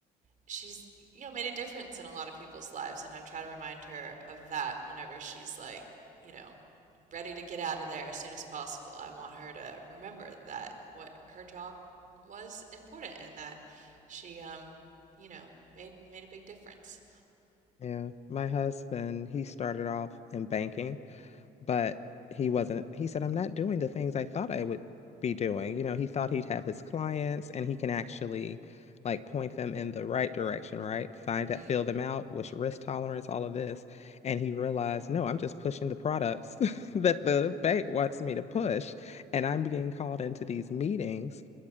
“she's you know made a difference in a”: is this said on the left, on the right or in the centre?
Right